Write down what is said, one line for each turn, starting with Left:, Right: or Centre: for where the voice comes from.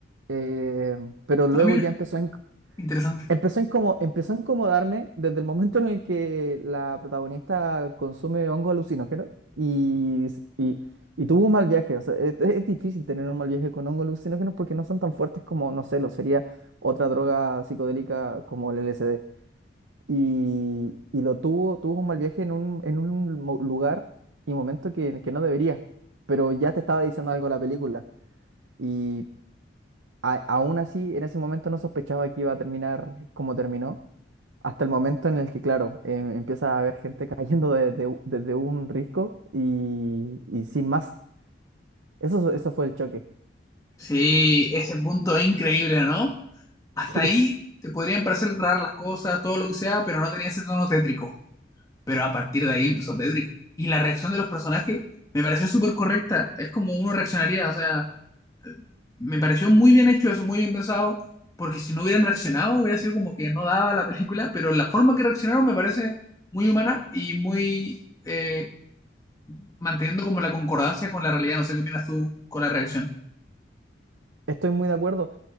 Right: eh, pero luego
Left: Ah, mira,
Right: ya empezó a, enc-
Left: interesante.
Right: Empezó a incomo- empezó a incomodarme desde el momento en el que la protagonista consume hongo alucinógeno y, s- y, y tuvo un mal viaje. O sea, es, es difícil tener un mal viaje con hongos alucinógenos porque no son tan fuertes como, no sé, lo sería otra droga psicodélica como el LSD. Y, y lo tuvo, tuvo un mal viaje en un, en un mo- lugar y momento que, que no debería, pero ya te estaba diciendo algo la película. Y a- aún así, en ese momento no sospechaba que iba a terminar como terminó hasta el momento en el que, claro, em- empieza a haber gente <laughs> cayendo de- de u- desde un risco y, y sin más. Eso, eso fue el choque. <laughs>
Left: Sí, ese punto es increíble, ¿no? hasta
Right: Sí,
Left: ahí te podrían parecer raras las cosas, todo lo que sea, pero no tenía ese tono tétrico. Pero a partir de ahí empezó tétrico. Y la reacción de los personajes me pareció súper correcta. Es como uno reaccionaría. O sea, eh, me pareció muy bien hecho eso, muy bien pensado. Porque si no hubieran reaccionado, hubiera sido como que no daba la película. Pero la forma que reaccionaron me parece muy humana y muy eh, manteniendo como la concordancia con la realidad. No sé qué opinas tú con la reacción.
Right: estoy muy de acuerdo.